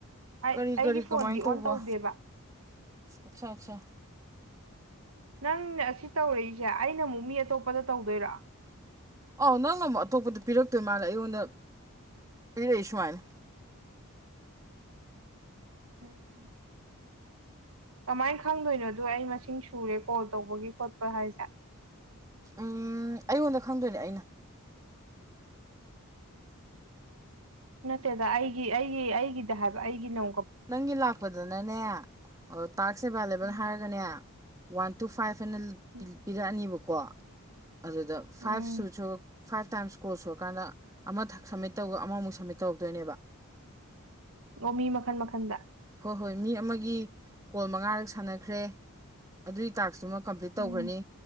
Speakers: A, on the right; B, on the right.
A: ꯑꯩ
B: ꯀꯔꯤ
A: ꯑꯩꯒꯤ
B: ꯀꯔꯤ
A: ꯐꯣꯟꯗꯤ
B: ꯀꯃꯥꯏꯅ
A: ꯑꯣꯟ
B: ꯇꯧꯕ
A: ꯇꯧꯗꯦꯕ
B: ꯑꯠꯆꯥ ꯑꯠꯆꯥ
A: ꯅꯪ ꯑꯁꯤ ꯇꯧꯔꯛꯏꯁꯦ ꯑꯩꯅ ꯑꯃꯨꯛ ꯃꯤ ꯑꯇꯣꯞꯄꯗ ꯇꯧꯗꯣꯏꯔꯣ
B: ꯑ ꯅꯪ ꯑꯃꯨꯛ ꯑꯇꯣꯞꯄꯗ ꯄꯤꯔꯛꯇꯣꯏ ꯃꯥꯜꯂꯦ ꯑꯩꯉꯣꯟꯗ ꯄꯤꯔꯛꯏ ꯁꯨꯃꯥꯏꯅ
A: ꯑꯣꯝ ꯀꯃꯥꯏꯅ ꯈꯪꯗꯣꯏꯅꯣꯗ ꯑꯩ ꯃꯁꯤꯡ ꯁꯨꯔꯦ ꯀꯣꯜ ꯇꯧꯕꯒꯤꯦ ꯈꯣꯠꯄ ꯍꯥꯏꯁꯦ
B: ꯎ ꯑꯩꯉꯣꯟꯗ ꯈꯪꯗꯣꯏꯅꯦ ꯑꯩꯅ
A: ꯅꯠꯇꯦꯗ ꯑꯩꯒꯤ ꯑꯩꯒꯤ ꯑꯩꯒꯤꯗꯤ ꯍꯥꯏꯕ ꯑꯩꯒꯤ ꯅ
B: ꯅꯪꯒꯤ ꯂꯥꯛꯄꯗꯅꯅꯦ ꯑ ꯄꯥꯥꯛꯁ ꯑꯦꯕꯥꯏꯂꯦꯕꯜ
A: ꯎꯝ
B: ꯍꯥꯏꯔꯒꯅꯦ ꯋꯥꯟ ꯇꯨ ꯐꯥꯏꯚ ꯐꯣꯏꯅ
A: ꯎꯝ
B: ꯄꯤꯔꯛꯑꯅꯤꯕꯀꯣ ꯀꯣ ꯑꯗꯨꯗ ꯐꯥꯏꯚ
A: ꯎꯝ
B: ꯁꯨꯁꯨ ꯐꯥꯏꯚ ꯇꯥꯏꯝꯁ ꯀꯣꯔꯜ ꯁꯨꯔꯀꯥꯟꯗ ꯑꯃ ꯁꯝꯃꯤꯠ ꯇꯧ ꯑꯃꯃꯨꯛ ꯁꯝꯃꯤꯠ ꯇꯧꯔꯛꯇꯣꯏꯅꯦꯕ
A: ꯑꯣ ꯃꯤ ꯃꯈꯟ ꯃꯈꯟꯗ <unintelligible>
B: ꯑꯍꯣꯏ ꯃꯤ ꯑꯃꯒꯤ ꯀꯣꯜ ꯃꯉꯥꯔꯛ ꯁꯥꯟꯅꯈ꯭ꯔꯦ ꯑꯗꯨꯒꯤ ꯇꯥꯛꯁꯇꯨꯃ ꯀꯝꯄ꯭ꯂꯤꯠ ꯇꯧꯈ꯭ꯔꯅꯤ
A: ꯎꯝ